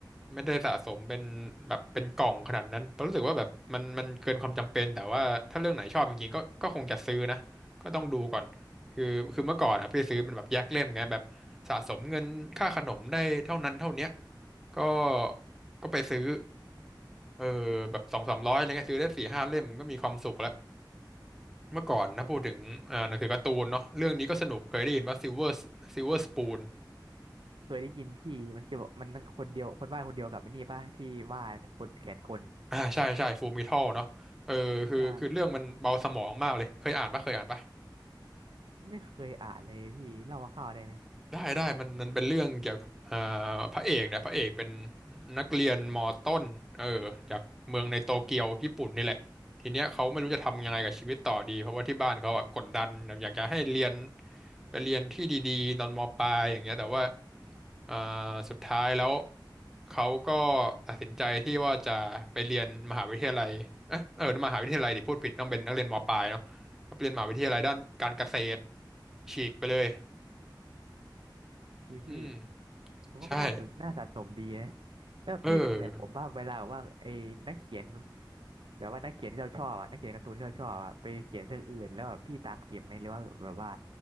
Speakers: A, in the centre; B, on the right.
A: ไม่ได้สะสมเป็นแบบเป็นกล่องขนาดนั้นเพราะรู้สึกว่าแบบมันมันเกินความจำเป็น แต่ว่าถ้าเรื่องไหนชอบจริงๆก็ก็คงจะซื้อนะก็ต้องดูก่อน คือคือเมื่อก่อนอะพี่ซื้อมันแบบแยกเล่มไงแบบสะสมเงินค่าขนมได้เท่านั้นเท่าเนี้ยก็ก็ไปซื้อเออแบบสองสามร้อยอะไรเงี้ยซื้อได้สี่ห้าเล่มก็มีความสุขแล้วเมื่อก่อนนะพูดถึงอ่าหนังสือการ์ตูนเนาะเรื่องนี้ก็สนุกเคยได้ยินว่า
B: จริงพี่
A: Silver Silver Spoon
B: เคยได้ยินพี่มันเกี่ยวกับมันคนเดียวคนวาดคนเดียวกับไอ้นี่ป่ะที่วาดคนแขนคน
A: อ่าใช่ใช่ฟูมิทัลเนาะเออคือคือเรื่องมันเบาสมองมากเลยเคยอ่านปะเคยอ่านปะ
B: ใช่ไม่เคยอ่านเลยพี่เล่าคร่าวๆได้ไหม
A: ได้ได้มันมันเป็นเรื่องเกี่ยวกับเอ่าพระเอกเนี่ยพระเอกเป็นนักเรียนมอต้นเออจากเมืองในโตเกียวญี่ปุ่นนี่แหละทีเนี้ยเขาไม่รู้จะทำยังไงกับชีวิตต่อดีเพราะว่าที่บ้านเขาอะกดดันแบบอยากจะให้เรียนไปเรียนที่ดีๆตอนมปลายอย่างเงี้ยแต่ว่าเอ่อสุดท้ายแล้วเขาก็ตัดสินใจที่ว่าจะไปเรียนมหาวิทยาลัยเอะเออมหาวิทยาลัยดิพูดผิดต้องเป็นนักเรียนมปลายเนาะไปเรียนมหาวิทยาลัยด้านการเกษตรฉีกไปเลย
B: พี่พี่
A: อืม
B: ผมว่าก็น่าสนน่าสะสมดีนะ
A: ใช่
B: แล้วพี่เป็นเหมือนผมว่าเวลาแบบว่าไอ้นักเขียน
A: เออ
B: แบบว่านักเขียนที่เราชอบอะนักเขียนการ์ตูนที่เราชอบอะไปเขียนเรื่องอื่นแล้วแบบพี่ตามเก็บไหมหรือว่าแบบว่า